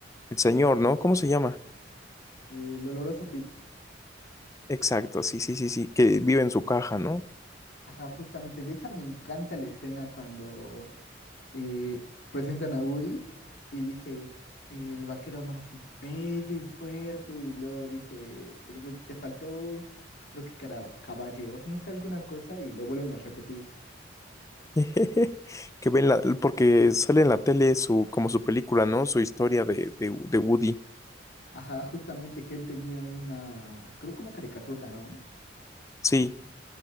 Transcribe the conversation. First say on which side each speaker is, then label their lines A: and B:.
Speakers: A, on the left; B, on the left.
A: El señor, ¿no? ¿Cómo se llama?
B: eh, el oloroso Pete.
A: Exacto, sí, sí, sí, sí, que vive en su caja, ¿no?
B: Ajá, justamente de esa me encanta la escena cuando eh, presentan a Woody y dice el vaquero más bello y fuerte. Y luego dice el Woody, te faltó, creo que cara, caballeroso, no sé, alguna cosa. Y lo vuelven a repetir.
A: <laughs> Que ven la, porque sale en la tele su, como su película, ¿no? Su historia de, de, de Woody.
B: Ajá, justamente que él tenía una, creo que una caricatura, ¿no?
A: Sí,